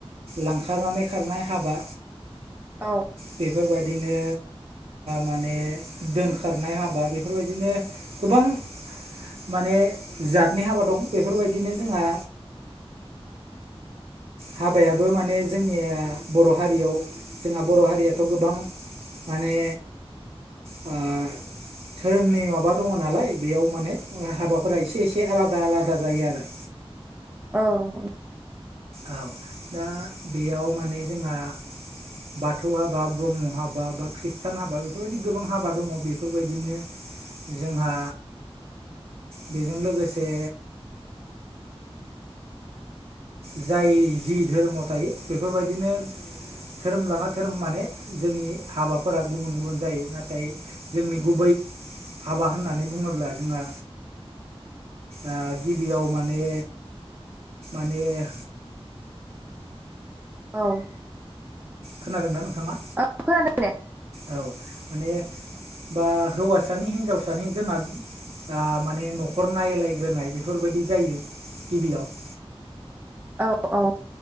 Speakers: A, on the right; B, on the right.
A: लांखारनानै खारनाय हाबा
B: औ
A: बेफोरबायदिनो माने दोनखारनाय हाबा बेफोरबायदिनो गोबां माने जातनि हाबा दं बेफोरबायदिनो जोंहा हाबायाबो माने जोंनिया बर' हारियाव जोंहा बर' हारियाथ' गोबां माने ओ धोरोमनि माबा दंङो नालाय बेयाव माने हाबाफोरा एसे एसे आलादा आलादा जायो आरो
B: औ नंगौ
A: औ दा बेयाव माने जोंहा बाथौ हाबा ब्रह्म हाबा बा खृष्टान हाबा बेफोरबायदि गोबां हाबा दंङो बेफोरबायदिनो जोंहा बेजों लोगोसे जाय जि धोरोमाव थायो बेफोरबायदिनो धोरोम लाना धोरोम माने जोंनि हाबाफोरा गुबुन गुबुन जायो नाथाय जोंनि गुबै हाबा होननानै बुंङोब्ला जोंहा ओ गिबियाव माने माने
B: औ
A: खोनादों ना नोंथांङा
B: औ खोनादों दे
A: औ माने बा हौवासानि हिनजावसानि जोंहा दा माने न'खर नायलायग्रोनाय बेफोरबायदि जायो गिबियाव
B: औ औ